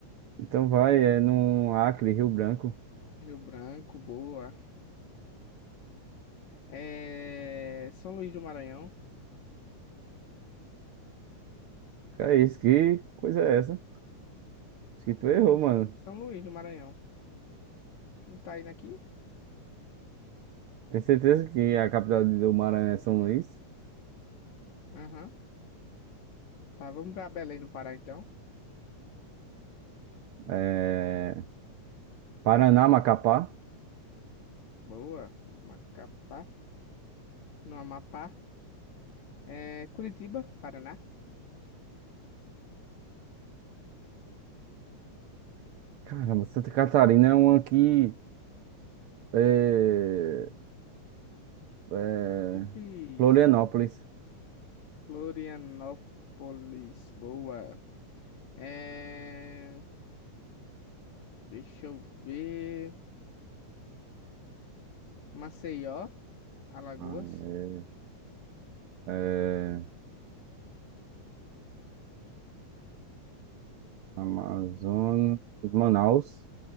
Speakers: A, on the right; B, on the left.
A: Então vai, é no Acre, Rio Branco.
B: Rio Branco, boa. É... São Luís do Maranhão.
A: Que é isso? Que coisa é essa? Acho que tu
B: É
A: errou,
B: no
A: mano.
B: São Luís do Maranhão. Que não tá indo aqui?
A: Tem certeza que a capital do Maranhão é São Luís?
B: Aham. Tá, vamos pra Belém do Pará então.
A: é, Paraná, Macapá.
B: Boa. Macapá. No Amapá. É... Curitiba, Paraná.
A: Caramba, Santa Catarina é um aqui. É,
B: Hum,
A: é,
B: difícil.
A: Florianópolis.
B: Florianópolis. Boa. É... Deixa eu ver. Maceió, Alagoas.
A: Ah, é, é, Amazonas, Manaus,